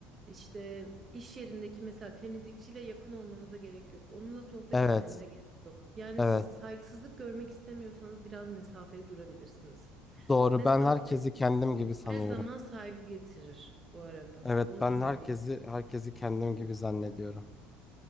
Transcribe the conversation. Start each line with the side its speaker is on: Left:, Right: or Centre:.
Right: işte iş yerindeki mesela temizlikçiyle yakın olmanıza gerek yok. Onunla sohbet
Left: Evet.
Right: etmenize gerek yok. Yani
Left: Evet.
Right: siz saygısızlık görmek istemiyorsanız biraz mesafeli durabilirsiniz.
Left: Doğru.
Right: Mesafe
Left: Ben herkesi kendim gibi sanıyorum.
Right: her zaman saygı getirir bu arada.
Left: Evet,
Right: Onu
Left: ben
Right: söyleyeyim.
Left: herkesi herkesi kendim gibi zannediyorum.